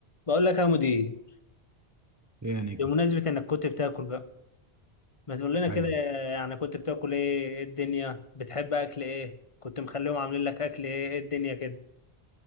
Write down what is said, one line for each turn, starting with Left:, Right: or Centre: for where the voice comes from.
Left: بقول لك يا مدير
Right: ايه يا نجم
Left: بمناسبة انك كنت بتاكل بقى ما تقول لنا كده
Right: ايوه
Left: يعني كنت بتاكل ايه إيه الدنيا بتحب اكل ايه كنت مخليهم عاملين لك اكل ايه إيه الدنيا كده